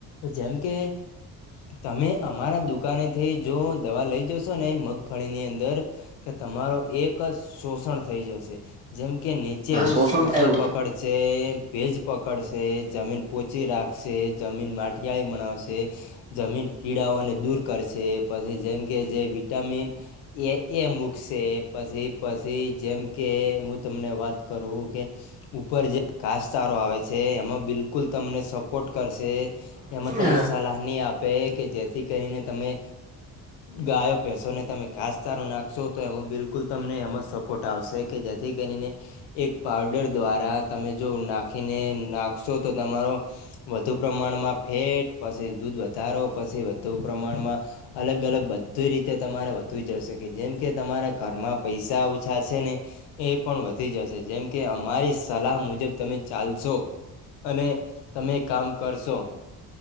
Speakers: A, on the left; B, on the right.
A: જેમ કે તમે અમારા દુઃખ દુકાની થી જો દવા લઈ જશો ને મગફળીની અંદર કે તમારો એક શોષણ થઈ જશે જેમ કે નીચે
B: ના
A: એવું શોષણ
B: તો આવ્યું
A: પકડ છે ભેજ પકડશે જમીન પોચી રાખશે જમીન માટીિયાળી બનાવશે. જમીન કીડાઓને દૂર કરશે એ પછી જેમ કે જે વિટામિન એ એ મૂકશે પછી પછી જેમ કે હું તમને વાત કરું કે ઉપર જે કાસચારો આવે છે એમાં બિલકુલ તમને સપોર્ટ કરશે
B: નહી
A: એમાં તમને સલાહની આપે કે જેથી કરીને તમે ગાયો પસોને તમે કાસચારો નાખશો તો એમ બિલકુલ તમને એમમાં સપોર્ટ આવશે. કે જેથી કરીને એક પાવડર દ્વારા તમે જો નાખીને નાખશો તો તમારો. વધુ પ્રમાણમાં ફેટ પછી દૂધ વધ વધારો પછી વધુ પ્રમાણમાં અલગ અલગ બધી રીતે તમારે વધુ જઈશે કે જેમ કે તમારા ઘરમાં પૈસા ઓછા છે ને, એ પણ વધી જશે જેમ કે અમારી સલાહ મુજબ તમે ચાલશો અને તમે કામ કરશો